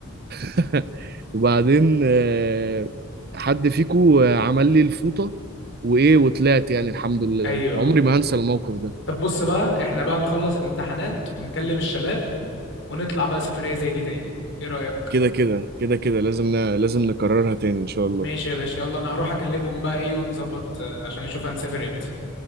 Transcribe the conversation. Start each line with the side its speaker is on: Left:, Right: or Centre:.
Right: <laughs> وبعدين آه، حد فيكو آه، عمل لي الفوطه وايه وطلعت يعني الحمد لله
Left: ايوه
Right: عمري ما هنسى الموقف ده
Left: طب بص بقى احنا بقى نخلص الامتحانات ونكلم الشباب ونطلع بقى سفرية زي دي تاني ايه رأيك
Right: كده كده كده كده لازم ن- لازم نكررها تاني ان شاء الله
Left: ماشي يا باشا يلا انا هروح اكلمهم بقى ايه ونظبط آه، عشان نشوف هنسافر امتى